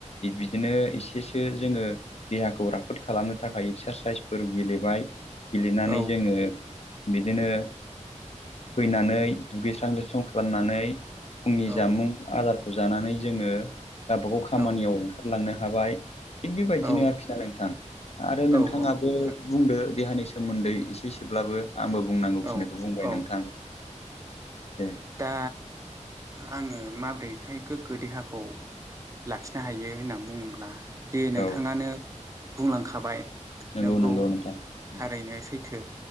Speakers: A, on the left (about 55°); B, on the right (about 25°).
A: बिदिनो एसेसो जोङो देहाखौ राफोद खालामनो थाखाय एक्सारसाइसफोर गेलेबाय। गेलेनानै
B: औ
A: जोङो बिदिनो फैनानै दुगैस्रां लोब स्रां खालामनानै फुंनि
B: औ
A: जामुं आदारखौ जानानै जोङो गावबागाव खामानियाव
B: औ
A: ओंखारलांनो हाबाय थिग बेबायदिनो
B: औ
A: आरोखि ना नोंथां आरो
B: औ नोंथां
A: नोंथाङाबो बुंदो देहानि सोमोन्दै एसे सोब्लाबो आंबो बुंनांगौ
B: औ
A: खिनिखौ बुंबाय
B: औ
A: नोंथां दे
B: दा आङो माब्रैखाय गोग्गो देहाखौ लाखिनो हायो होनना बुङोब्ला जे नोंथाङानो
A: औ
B: बुंलांखाबाय
A: नंगौ
B: नोंगौ
A: नंगौ नोंथां उम
B: थारैनो सैथो